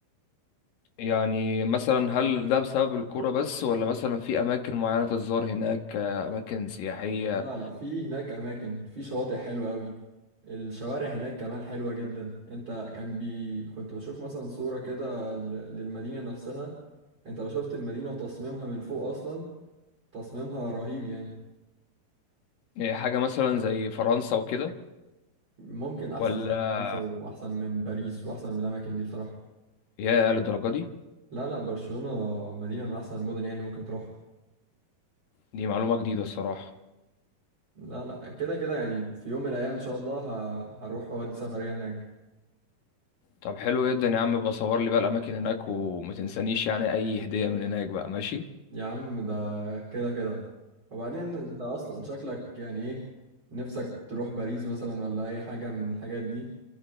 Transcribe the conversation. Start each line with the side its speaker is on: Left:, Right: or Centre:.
Left: يعني مثلا هل ده بسبب الكرة بس ولا مثلا في اماكن معينة تتزار هناك آه، اماكن سياحية
Right: لا لا في هناك اماكن في شواطئ حلوه قوي الشوارع هناك كمان حلوه جدا انت كان بي كنت بشوف مثلا صوره كده ل- للمدينه نفسها انت لو شفت المدينه وتصميمها من فوق اصلا تصميمها رهيب يعني
Left: إيه حاجة مثلا زي فرنسا وكده
Right: ممكن احسن
Left: ولا
Right: من فرنسا واحسن من باريس واحسن من الاماكن دي بصراحه
Left: يا للدرجة دي
Right: لا لا برشلونه مدينه من احسن المدن يعني اللي ممكن تروح
Left: دي معلومة جديدة الصراحة
Right: لا لا كده كده يعني في يوم من الايام ان شاء الله ه- هروح اودي سفريه هناك
Left: طب حلو جدا يا عم بصور لي بقى الاماكن هناك وما تنسانيش يعني اي هدية من هناك بقى ماشي
Right: يا عم ده كده كده وبعدين انت اصلا شكلك يعني ايه نفسك تروح باريس مثلا ولا اي حاجة من الحاجات دي